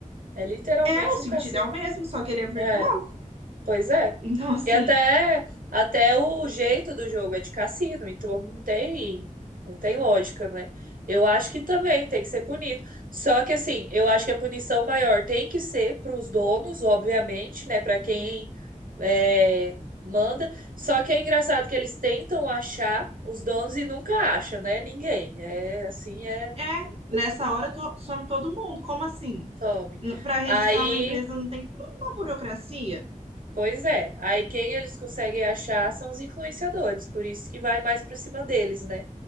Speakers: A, on the right (about 80°); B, on the right (about 45°).
A: É literalmente
B: É, o sentido
A: um cassino.
B: é o mesmo, só que ele é virtual.
A: É. Pois é.
B: Então, assim,
A: E até, até o jeito do jogo é de cassino, então não tem, não tem lógica, né? Eu acho que também tem que ser punido. Só que assim, eu acho que a punição maior tem que ser para os donos, obviamente, né? Para quem é, manda. Só que é engraçado que eles tentam achar os donos e nunca acham, né? Ninguém. É assim, é. a
B: é,
A: pessoa
B: nessa hora to- some todo mundo. Como assim?
A: Some.
B: Para registrar
A: Aí
B: uma empresa não tem toda uma burocracia?
A: Pois é. Aí quem eles conseguem achar são os influenciadores, por isso que vai mais para cima deles, né?